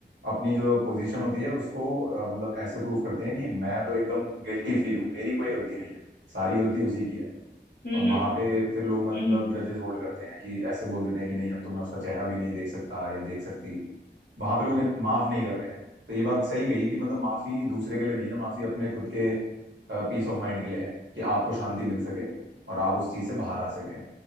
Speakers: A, on the right; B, on the left.
A: अपनी जो पोजीशन होती है उसको अ, मतलब ऐसे प्रूव करते हैं कि मैं तो एकदम गिल्टी फ्री हूँ मेरी कोई गलती नहीं है सारी गलती उसी की है
B: हम्म
A: और वहां
B: हम्म
A: पे फिर लोग मतलब
B: हम्म
A: ग्रजेस होल्ड करते हैं कि ऐसे बोल देते हैं कि नहीं अब तो मैं उसका चेहरा भी नहीं देख सकता या देख सकती वहां पे लोग माफ नहीं कर रहे हैं तो ये बात सही कही कि मतलब माफी दूसरे के लिए नहीं है माफी अपने खुद के पीस ऑफ माइंड के लिए है कि आपको शांति मिल सके और आप उस चीज से बाहर आ सके